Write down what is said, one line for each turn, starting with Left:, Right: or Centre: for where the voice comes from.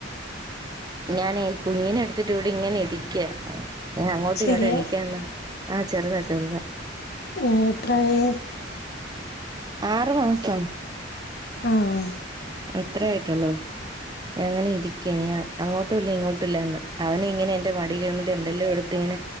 Right: ഞാനെ കുഞ്ഞിനെ എടുത്തിട്ട് ഇവിടെ ഇങ്ങനെ ഇരിക്ക ഏ അങ്ങോട്ടും
Left: ചെറിയ
Right: ഇങ്ങോട്ടും എണിക്കാനുള്ള ആ ചെറുതാ ചെറുതാ
Left: ആ എത്രയി
Right: ആറു മാസം
Left: ആഹ്
Right: അത്ര ആയിട്ടുള്ളൂ അങ്ങനെ ഇരിക്ക ഞ അങ്ങോട്ടുംല്ല ഇങ്ങോട്ടുംമില്ലന്ന് അവന ഇങ്ങനെ എന്റെ മടിൽ ഇരുന്നിട്ട് എന്തെല്ലാ എടുത്ത് ഇങ്ങനെ